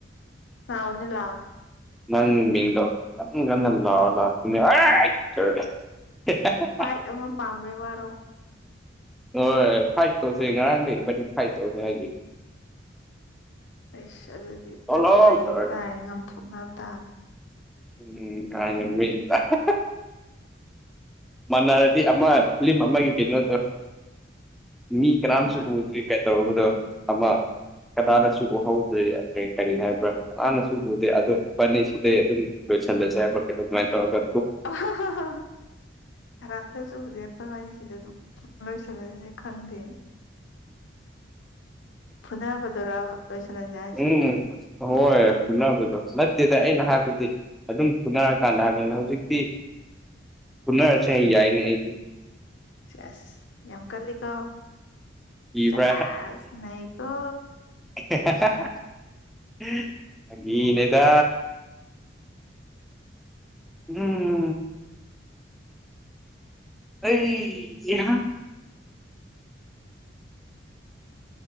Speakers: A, on the left; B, in the centre.
A: ꯥꯂꯥꯎꯅ‌ꯦ ꯂꯥꯎꯅꯦ
B: ꯅꯪ ꯃꯤꯡꯗꯣ ꯀ ꯀꯟꯗ ꯂꯥꯎ <unintelligible>
A: ꯐꯥꯏꯠ ꯑꯃ ꯄꯥꯝꯕꯩ ꯋꯥꯔꯣ
B: ꯍꯣꯏ ꯐꯥꯏꯠ ꯇꯧꯁꯦ ꯉꯔꯥꯡꯗ ꯏꯕꯥꯟꯅꯤ ꯐꯥꯏꯠ ꯇꯧꯔꯁꯦ ꯍꯥꯏꯗꯨꯏ
A: ꯑꯩꯁ ꯑꯗꯨꯗꯤ
B: ꯊꯣꯛꯂꯛꯑꯣ
A: ꯀꯟ ꯅꯩꯇꯥꯌꯦ
B: ꯇꯧꯔꯒ
A: ꯉꯥꯝꯊꯣꯛꯅꯕ ꯇꯥ
B: ꯎꯝ <unintelligible> ꯃꯥꯟꯅꯔꯗꯤ ꯑꯃ ꯐꯤꯂꯝ ꯑꯃꯒꯤ ꯀꯩꯅꯣꯗꯣ ꯃꯤ ꯀꯔꯥꯝꯁꯨ
A: ꯑꯃ
B: ꯎꯗꯔꯤ ꯀꯩꯇꯧꯔꯕꯅꯣ ꯑꯃ ꯀꯗꯥꯅꯁꯨ ꯎꯍꯧꯗ꯭ꯔꯦ ꯀꯔꯤ ꯀꯔꯤ ꯍꯥꯏꯕ꯭ꯔꯥ ꯀꯅꯥꯅꯁꯨ ꯎꯗꯦ ꯑꯗꯨ ꯏꯕꯥꯁꯤꯗꯩ ꯑꯗꯨꯝ ꯂꯣꯏꯁꯟꯂꯥꯁꯦ ꯍꯥꯏꯕꯔꯥ ꯀꯩꯅꯣ ꯀꯥꯃꯤꯟ ꯇꯧꯔꯒꯥ
A: <unintelligible> ꯈꯔ ꯑꯝꯇꯁꯨ ꯎꯗꯦ ꯑꯩꯈꯣꯏ ꯋꯥꯔꯤꯅꯤꯁꯤꯗ ꯑꯗꯨꯝ ꯂꯣꯏꯁꯤꯜꯂꯁꯦ ꯈꯪꯗꯦ ꯐꯨꯅꯕꯗꯨꯔꯥꯕ ꯂꯣꯏꯁꯤꯜꯂꯁꯦ ꯍꯥꯏꯁꯦ
B: ꯎꯝ ꯍꯣꯏ ꯄꯨꯅꯕꯗꯣ ꯅꯠꯇꯦꯗ ꯑꯩꯅ ꯍꯥꯏꯕꯗꯤ ꯑꯗꯨꯝ ꯄꯨꯅꯔꯀꯥꯟꯗ ꯍꯥꯏꯕꯅꯤꯅ ꯍꯧꯖꯤꯛꯇꯤ ꯄꯨꯅꯔꯁꯦ ꯌꯥꯏꯅꯦ ꯑꯩꯗꯤ
A: ꯆꯦꯁ ꯌꯥꯝ ꯀꯜꯂꯤ ꯀꯣ
B: ꯀꯤꯕ꯭ꯔꯥ
A: ꯆꯦꯁ ꯅꯩ ꯀꯣ
B: <unintelligible> ꯐꯥꯒꯤꯅꯦꯗ ꯎꯝ ꯑꯩ <unintelligible>